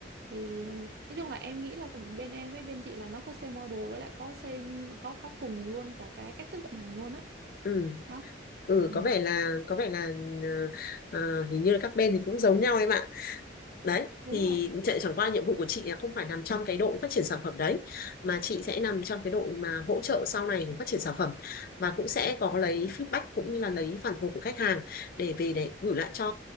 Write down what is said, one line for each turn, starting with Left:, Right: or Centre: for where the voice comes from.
Right: thì ờ, nói chung là em nghĩ là bên em với bên chị là nó có same model với lại có same có có cùng luôn cả cái cách thức vận hành luôn á
Left: ừ
Right: đó.
Left: ừ
Right: Ừ,
Left: có vẻ là có vẻ là ờ, ờ, hình như là các bên thì cũng giống nhau em ạ đấy
Right: đúng
Left: thì
Right: rồi.
Left: chạy- chẳng qua nhiệm vụ của chị là không phải nằm trong cái đội phát triển sản phẩm đấy mà chị sẽ nằm trong cái đội mà hỗ trợ sau này của phát triển sản phẩm và cũng sẽ có lấy feedback cũng như là lấy phản hồi của khách hàng để về để gửi lại cho